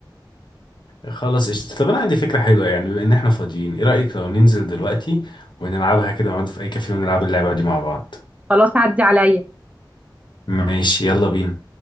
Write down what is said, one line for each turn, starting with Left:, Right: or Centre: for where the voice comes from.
Left: خلاص قشطة طب انا عندي فكرة حلوة يعني بما ان احنا فاضيين ايه رأيك لو ننزل دلوقتي ونلعبها كده نقعد في اي كافيه ونلعب اللعبة دي مع بعض
Right: خلاص عدي عليا
Left: ماشي يلا بينا